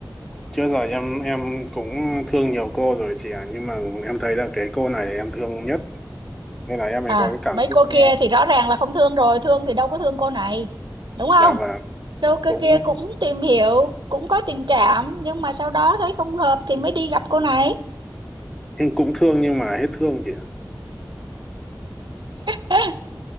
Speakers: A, in the centre; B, on the right.
A: Trước giờ em em cũng thương nhiều cô rồi chị ạ, nhưng mà em thấy là cái cô này em thương nhất nên là em mới
B: à
A: có cái cảm
B: mấy
A: xúc
B: cô
A: ờ,
B: kia thì rõ ràng là không thương rồi thương thì đâu có thương cô này đúng không
A: dạ và
B: cô kia
A: cũng
B: kia cũng tìm hiểu cũng có tình cảm nhưng mà sau đó thấy không hợp thì mới đi gặp cô này
A: cũng thương nhưng mà hết thương chị ạ.
B: <laughs>